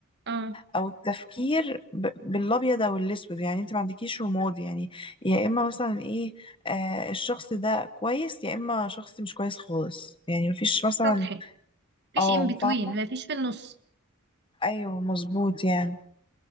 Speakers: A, on the right; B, on the left.
A: اه
B: أو التفكير ب- بالأبيض أو الأسود يعني انت ما عندكيش رماد يعني يا إما مثلا إيه آه الشخص ده كويس يا إما شخص مش كويس خالص يعني مفيش مثلا
A: سطحي مفيش
B: اه
A: in between
B: فاهمة
A: مفيش في النص
B: أيوه مظبوط يعني